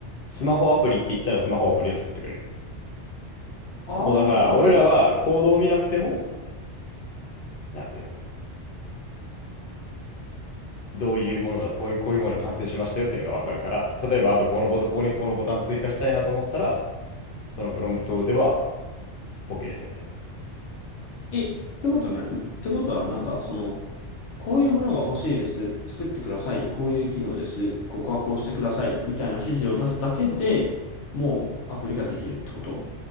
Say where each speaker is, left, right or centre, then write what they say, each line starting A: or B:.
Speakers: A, on the left; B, on the left.
A: スマホアプリって言ったらスマホアプリを作ってくれる。
B: ああ、
A: もうだから、
B: なるほど。
A: 俺らはコードを見なくても、なんていうの、どういうものが、こういう、こういうものが完成しましたよっていうのがわかるから、例えば、あとこのボタン、ここにこのボタン追加したいなと思ったら、そのプロンプトでは OK ですよ、みたいな。
B: え、ってことは何んってことはなんだその、こういうものが欲しいです。作ってください。こういう機能です。ここはこうしてください。みたいな指示を出すだけで、もうアプリができるってこと